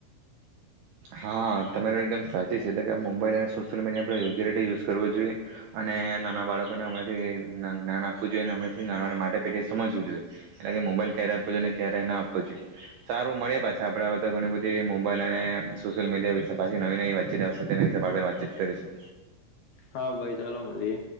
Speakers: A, on the right; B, on the left.
A: હા તમારી એકદમ સાચી છે એટલે કે મોબાઈલ અને સોશિયલ મીડિયા આપણે યોગ્ય રીતે યુઝ કરવો જોઈએ અને નાના બાળકોને અમણાથી જ્ઞાન જ્ઞાન આપવું જોઈએ અને અમણાથી નાવાના માટે પેટી સમજવું જોઈએ એટલે કે મોબાઈલ ક્યારે આપવો જોઈએ અને ક્યારે ન આપવો જોઈએ સારું મળીએ પાછા આપણે હવે તો ઘણી બધી મોબાઈલ અને સોશિયલ મીડિયા વિશે પાછી નવી નવી વાતચીત આવશે તેના હિસાબ આપણે વાતચીત કરીશું.
B: હા ભાઈ ચાલો મળીએ.